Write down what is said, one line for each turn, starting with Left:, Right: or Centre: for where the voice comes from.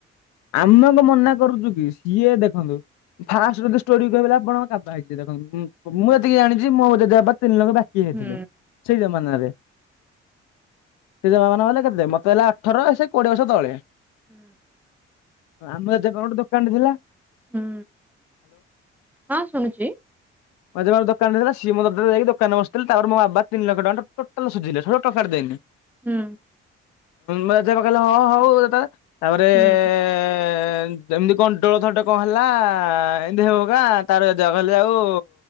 Left: ଆମେ କଣ ମନା କରୁଛୁ କି ସିଏ ଦେଖନ୍ତୁ। ଫାଷ୍ଟ୍ ରୁ ଯଦି ଷ୍ଟୋରି କହିବିନା ଆପଣ କାବା ହେଇଯିବେ ଦେଖନ୍ତୁ। ମୁଁ
Centre: ହୁଁ
Left: ଏତିକି ଜାଣିଛି ମୋ ଜେଜେବାପା ତିନି ଲକ୍ଷ ବାକି ହେଇଥିଲେ
Centre: ହୁଁ
Left: ସେଇ ଜମାନରେ। ସେ ଜମାନା ହେଲେ କେତେ ମତେ ହେଲା ଅଠର ସେ କୋଡିଏ ବର୍ଷ ତଳେ
Centre: ହୁଁ।
Left: ଆମେ ଜେଜେ ଙ୍କ ଦୋକାନ ଗୋଟେ ଥିଲା।
Centre: ହୁଁ ହଁ ଶୁଣୁଛି।
Left: ହଁ <inaudible> ଜେଜେ ବାପା ଗୋଟେ ଦୋକାନ ଦେଇ ଥିଲା ସିଏ ମୋର କତିରେ ଜାଇ ଦୋକାନ ରେ ବସିଥିଲେ ତାପରେ ମୋ ବାବା ତିନି ଲକ୍ଷ ଟଙ୍କା ଟୋଟାଲ ସୁଝିଲେ ସେ ଟଙ୍କାଟେ ଦେଇନି।
Centre: ହୁଁ।
Left: ମଝିଆ ବାପା କହିଲେ ହଁ ହଉ ତାପରେ ଏ
Centre: ହୁଁ
Left: ଏ ଏମିତି କଣ୍ଟୋଳ ଥରଟେ କଣ ହେଲା ଏମତି ହୋଉହୌକା ତାର ଜଗଲ ଆଉ।